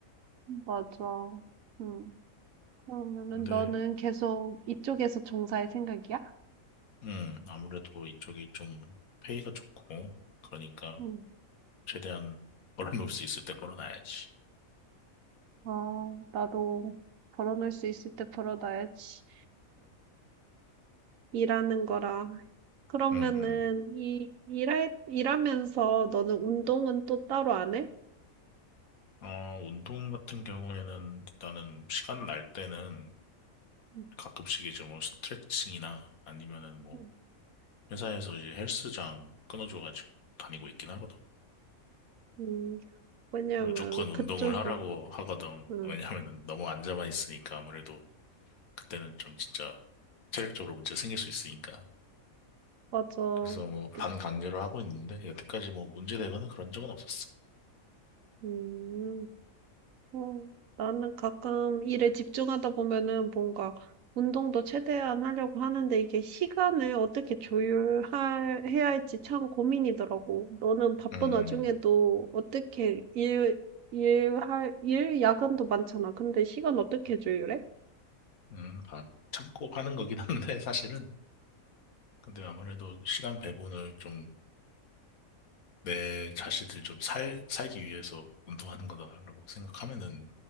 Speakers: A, on the right; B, on the left.
A: 음. 맞아. 음. 그러면은
B: 근데,
A: 너는 계속 이쪽에서 종사할 생각이야?
B: 음, 아무래도 이쪽이 좀 페이가 좋고, 그러니까
A: 응.
B: 최대한 벌어놓을 수 있을 때 벌어놔야지.
A: 어, 나도 벌어놓을 수 있을 때 벌어놔야지. 일하는 거랑 그러면은
B: 음, 음.
A: 이 일할 일하면서 너는 운동은 또 따로 안 해?
B: 어, 운동 같은 경우에는 일단은 시간 날 때는
A: 음,
B: 가끔씩 이제 뭐 스트레칭이나 아니면은 뭐
A: 음.
B: 회사에서 이제 헬스장 끊어줘가지고 다니고 있긴 하거든.
A: 음, 왜냐면
B: 무조건 운동을
A: 그쪽이
B: 하라고 하거든.
A: 음,
B: 왜냐면은 너무 앉아만 있으니까 아무래도 그때는 좀 진짜 체력적으로 문제 생길 수 있으니까.
A: 맞아.
B: 그래서 뭐 반강제로
A: 그,
B: 하고 있는데 여태까지 뭐 문제 되거나 그런 적은 없었어.
A: 음, 어, 나는 가끔 일에 집중하다 보면은 뭔가 운동도 최대한 하려고 하는데 이게 시간을 어떻게 조율할 해야 할지 참 고민이더라고. 너는 바쁜
B: 음,
A: 와중에도
B: 음,
A: 어떻게 일 일할 일 야근도 많잖아. 근데 시간 어떻게 조율해?
B: 음, 다 참고 하는 거긴 한데 사실은. 근데 아무래도 시간 배분을 좀 내 자신을 좀 살, 살기 위해서 운동하는 거다라고 생각하면은